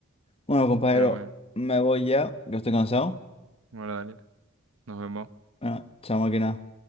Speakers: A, on the left; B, on the right.
A: bueno, compañero,
B: Pero bueno,
A: me voy ya, que estoy cansado.
B: bueno, dale, nos vemos.
A: Bueno, chao máquina.